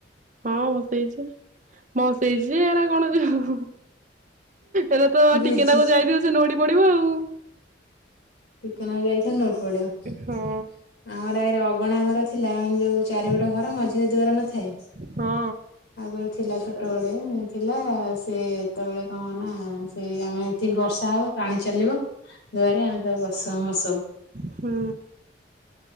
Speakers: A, on the right; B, on the left.
A: ହଁ ଭସେଇଚି, ବସେଇଚି ଏରା କଣ ଯୋ ଏରା ତ
B: ଭିଜିଛି
A: ଟିକେନାଗୁ ଯାଇଥିବ ସେ ନୋଉଟି ପଡିବ ଆଉ।
B: ଟିକେନାଗୁ ଯାଇଥିବ ନୋଉଟି ପଡିବ।
A: ହଁ
B: ଆମର ଏରେ ଅଗଣା ଘର ଥିଲା ଯୋଉ ଚାରି ପଟ ଘର ମଝିରେ ଦୁଆର ନଥାଏ?
A: ହଁ
B: ଆଗୁରୁ ଥିଲା ଛୋଟବେଳେ, ଥିଲା ସେ ସେତେବେଳେ କଣ ହବ ନା ସେଇ ଆମେ ଠିକ ବର୍ଷା ହବ ପାଣି ଚାଲିବ। ଦୁଆରେ ଆମେ ସବୁ ବସଉଁ ଭସଉଁ।
A: ହୁଁ।